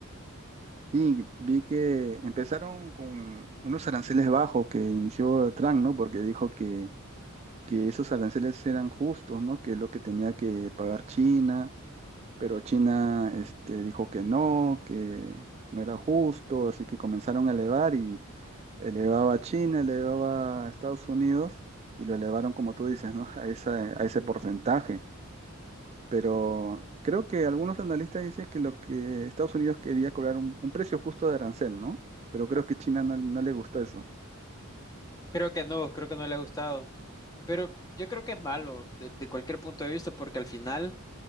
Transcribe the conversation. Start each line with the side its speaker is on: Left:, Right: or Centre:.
Right: Y vi que empezaron con unos aranceles bajos que inició Trump, ¿no? Porque dijo que que esos aranceles eran justos, ¿no? Que es lo que tenía que pagar China,
Left: Ujú.
Right: pero China, este, dijo que no, que no era justo, así que comenzaron a elevar y elevaba a China, elevaba a Estados Unidos y lo elevaron, como tú dices, ¿no? <laughs> A esa, a ese porcentaje. Pero creo que algunos analistas dicen que lo que Estados Unidos quería cobrar un, un precio justo de arancel, ¿no? Pero creo que China no, no le gustó eso.
Left: Creo que no, creo que no le ha gustado. Pero yo creo que es malo de, de cualquier punto de vista porque al final